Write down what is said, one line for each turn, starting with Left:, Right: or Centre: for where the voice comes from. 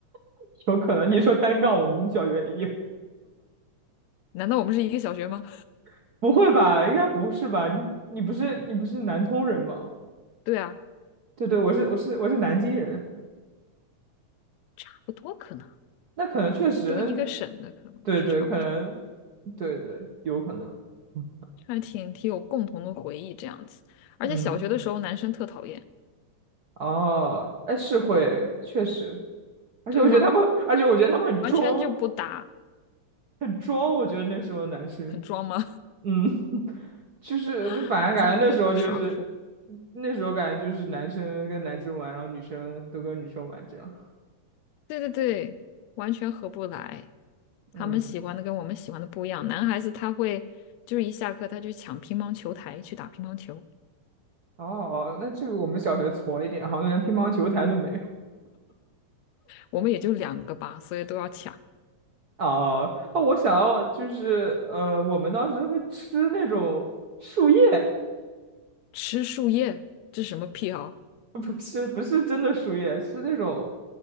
Right: <laughs> 有可能你说单杠，我们小学也有，
Left: 难道我们是一个小学吗？
Right: <laughs> 不会吧？应该不是吧？你你不是你不是南通人吗？
Left: 对啊，
Right: 对对，我是我是我是南京人。
Left: 差不多可能，
Right: 那可能确实，
Left: 这都一个省的，可能是差不多，
Right: 对对，可能，对对，有可能，嗯，
Left: 还挺挺有共同的回忆这样子。而且小学的时候，
Right: 嗯
Left: 男生特讨厌，
Right: 哦，哎，是会，确实，而且我觉得他们，
Left: 对，完
Right: 而且我觉得他们很装，
Left: 完全就不打，
Right: 很装，我觉得那时候的男生，
Left: 很装吗？
Right: 嗯，<laughs> 就是就反正感觉那时候就是，
Left: <laughs> 这么快就会耍酷。
Right: 那时候感觉就是男生跟男生玩，然后女生都跟女生玩这样，
Left: 对对对，完全合不来。
Right: 嗯，
Left: 他们喜欢的跟我们喜欢的不一样。男孩子他会就是一下课他去抢乒乓球台去打乒乓球，
Right: 哦，那这个我们小学矬一点，好像连乒乓球台都没有。
Left: 我们也就两个吧，所以都要抢。
Right: 哦哦，我想要就是呃，我们当时会吃那种树叶，
Left: 吃树叶，这是什么癖好？
Right: <laughs> 不是不是真的树叶，是那种，